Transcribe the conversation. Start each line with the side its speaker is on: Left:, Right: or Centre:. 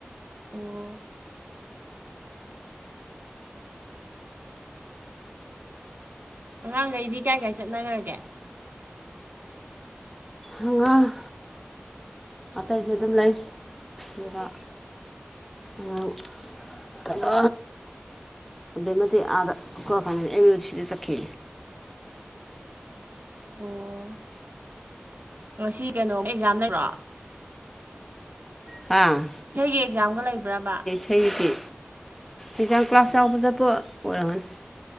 Right: ꯑꯣ.. ꯑꯉꯥꯡꯒꯩꯗꯤ ꯀꯥꯏ ꯀꯥꯏ ꯆꯠꯅꯒ꯭ꯔꯒꯦ
Centre: ꯑꯉꯥꯡ ꯑꯇꯩꯗꯤ ꯑꯗꯨꯝ ꯂꯩ ꯑꯗꯨꯒ ꯑꯉꯥꯡ ꯀꯩꯅꯣ <unintelligible> ꯑꯥꯗ ꯑꯦꯝ ꯌꯨ ꯁꯤꯗ ꯆꯠꯈꯤ
Right: ꯑꯣ ꯉꯁꯤ ꯀꯩꯅꯣꯝ ꯑꯦꯛꯖꯥꯝ ꯂꯩꯕ꯭ꯔꯣ
Centre: ꯍꯥ
Right: ꯁꯩꯒꯤ ꯑꯦꯛꯖꯥꯝꯒ ꯂꯩꯕ꯭ꯔꯥꯕ
Centre: ꯑꯩꯗꯤ ꯑꯦꯛꯖꯥꯝ ꯀ꯭ꯂꯥꯁ ꯌꯥꯕ ꯆꯠꯄ ꯑꯣꯏꯔꯝꯒꯅꯤ